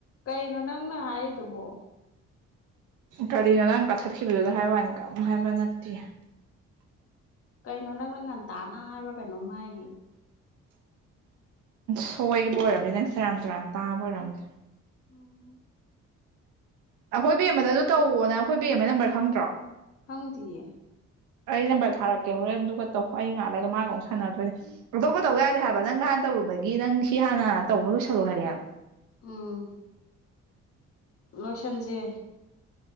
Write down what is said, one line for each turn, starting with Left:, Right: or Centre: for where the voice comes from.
Left: ꯀꯩꯅꯣ ꯅꯪꯅ ꯍꯥꯏꯔꯤꯗꯨꯕꯣ
Right: ꯀꯔꯤꯅꯣ ꯅꯪ ꯀꯛꯊꯠꯈꯤꯕꯗꯨꯗ ꯍꯥꯏ ꯋꯥꯅꯤ ꯀꯝ ꯍꯥꯏꯕ ꯅꯠꯇꯦ
Left: ꯀꯩꯅꯣ ꯅꯪꯅ ꯉꯟꯇꯥꯅ ꯍꯥꯏꯕ꯭ꯔꯥ ꯀꯩꯅꯣꯝ ꯍꯥꯏꯈꯤ
Right: ꯁꯣꯏꯕ ꯑꯣꯏꯔꯔꯕꯅꯤ ꯅꯪ ꯁꯦꯔꯥꯟ ꯇꯨꯔꯥꯟ ꯇꯥꯕ ꯑꯣꯏꯔꯕꯝꯅꯦ
Left: ꯑꯣ
Right: ꯑꯩꯈꯣꯏ ꯕꯦꯡ ꯑꯃꯗ ꯑꯗꯨ ꯇꯧꯋꯣꯅ ꯑꯩꯈꯣꯏ ꯕꯦꯡ ꯑꯃ ꯅꯝꯕꯔ ꯈꯪꯗ꯭ꯔꯣ
Left: ꯈꯪꯗꯤꯌꯦ
Right: ꯑꯩ ꯅꯝꯕꯔ ꯊꯥꯔꯛꯀꯦ ꯍꯣꯔꯦꯟ ꯑꯗꯨꯒ ꯇꯧ ꯍꯣꯏ ꯑꯩ ꯉꯥꯜꯂꯒ ꯃꯥꯒ ꯑꯃꯨꯛ ꯁꯥꯟꯅꯗꯣꯏꯅꯦ ꯂꯧꯊꯣꯛꯄ ꯇꯧ ꯌꯥꯗꯦ ꯍꯥꯏꯕ ꯅꯪ ꯀꯥꯏꯅ ꯇꯧꯔꯨꯕ ꯑꯗꯒꯤ ꯅꯪ ꯁꯤ ꯍꯥꯟꯅ ꯇꯧꯕ ꯂꯣꯏꯁꯜꯂꯨ ꯍꯥꯏꯔꯛꯦꯕ
Left: ꯑꯥ ꯂꯣꯏꯁꯟꯖꯦ